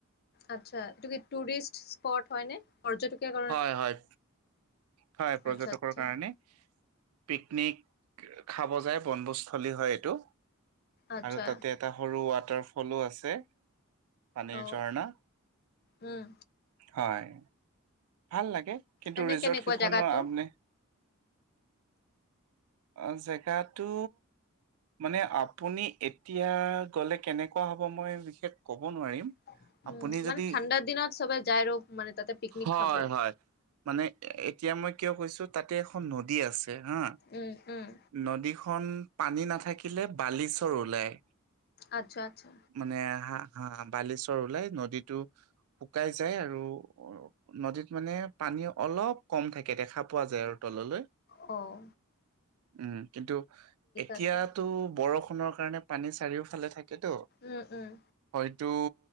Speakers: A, on the left; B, on the right.
A: আচ্ছা তুমি টুৰিষ্ট স্পট হয়নে? পৰ্যটকে
B: হয় হয় হয় পৰ্যটকৰ
A: আচ্ছা আচ্ছা
B: কাৰণে। পিকনিক খাব যায় বনভোজস্থলী হয় এইটো।
A: আচ্ছা
B: আৰু তাতে এটা সৰু ৱাটাৰফলো আছে। পানীৰ
A: অ
B: ঝৰ্ণা
A: উম
B: হয়। ভাল লাগে কিন্তু
A: এনে
B: ৰিজৰ্ট
A: কেনেকুৱা
B: কেইখনৰ
A: জেগাটো
B: আ অ জেগাটো মানে আপুনি এতিয়া গলে কেনেকুৱা হ'ব মই বিশেষ ক'ব নোৱাৰিম।
A: উ
B: আপুনি যদি
A: মানে ঠাণ্ডাৰ দিনত সবে যায় আৰু মানে তাতে পিকনিক
B: হয়
A: খাব
B: হয় মানে এতিয়া মই কিয় কৈছো তাতে এখন নদী আছে হা
A: উম উম
B: নদীখন পানী নাথাকিলে বালিচৰ ওলায়।
A: আচ্ছা আচ্ছা।
B: মানে হা হা বালেশ্বৰ ওলাই নদীতটো শুকাই যায় আৰু নদীত মানে পানী অলপ কম থাকে দেখা পোৱা যায় আৰু তললৈ
A: অঁ
B: উম কিন্তু এতিয়াতো
A: আছে
B: বৰষুণৰ কাৰণে পানী চাৰিওফালে থাকে। কিটো
A: উম উম
B: হয়তো